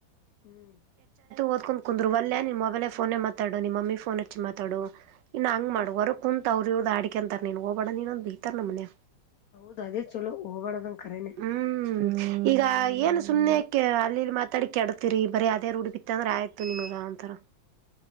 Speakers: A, on the left; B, on the right.
A: ಹ್ಮ್
B: ಓದಕೊಂಡ್ ಕುಂದರು ಒಲ್ಲೆನ್ ಮೊಬೈಲ್ ಫೋನೆ ಮಾತಾಡು ನಿಮ್ಮ ಮಮ್ಮಿ ಫೋನ್ ಹಚ್ಚಿ ಮಾತಾಡು ಇನ್ನು ಹಂಗ ಮಾಡುವ ಹೊ ಕುಂ <unintelligible> ತ ಅವ್ರದ್ ಇವರದು ಆಡಕಂತರೆ ನೀನ್ ಹೋಗಬೇಡ ನೀನ್ ಅಂತ ಬೈತಾರೆ ನಮ್ಮನೆಗೆ.
A: ಹೌದ ಅದೇ ಚಲೋ ಹೋಗಬಾಡದಂಗ ಕರೇನೆ.
B: ಹ್ಮ್ ಈಗ ಏನ್ ಸುಮ್ನೆಕ್ಕೆ ಅಲ್ಲಿಲ್ಲಿ ಮಾತಾಡಿ ಕೆಡತಿರಿ ಬರೀ ಅದೇ ರೂಡಿ ಬಿತ್ತ ಅಂದ್ರೆ ಆಯ್ತು ನಿಮಗ ಅಂತರೆ.